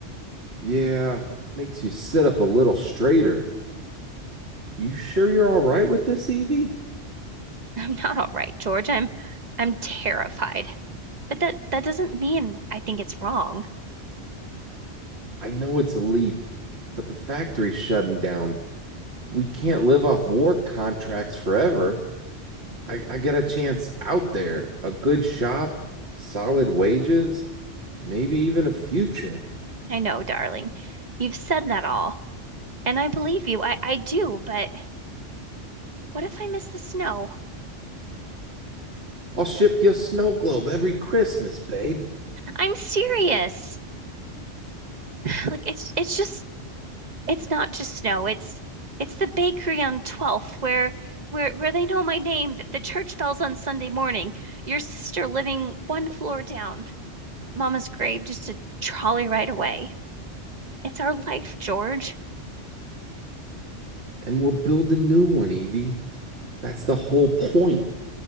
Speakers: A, on the right; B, on the right.
A: Yeah, makes you sit up a little straighter. You sure you're all right with this, Evie?
B: <laughs> I'm not all right, George. I'm I'm terrified. But that that doesn't mean I think it's wrong.
A: I know it's a leap, but the factory's shutting down. we can't live off war contracts forever. I, I get a chance out there, a good shop, solid wages, maybe even a future.
B: I know, darling. You've said that all. And I believe you. I, I do, but what if I miss the snow?
A: I'll ship you a snow globe every Christmas, babe,
B: I'm serious. <sighs> Like it's it's just it's not just snow. It's it's the bakery on 12th where where where they know my name, that the church bells on Sunday morning, your sister living one floor down, Mama's grave just a trolley ride away. It's our life, George.
A: and we'll build a new one, Evie. That's the whole point.